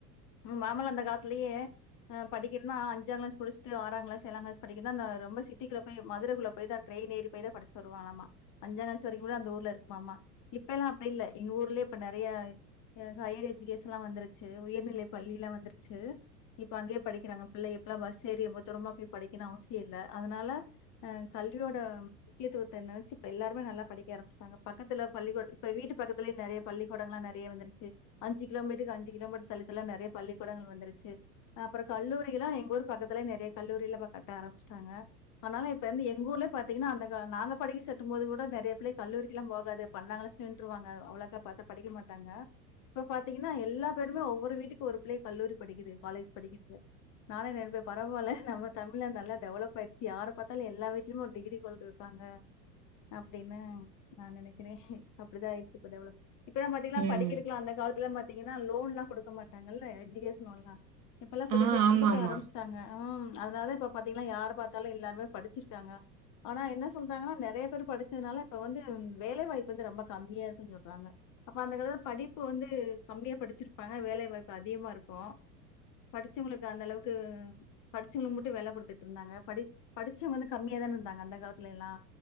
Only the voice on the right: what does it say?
ம்
ஆ ஆமா
ஆமா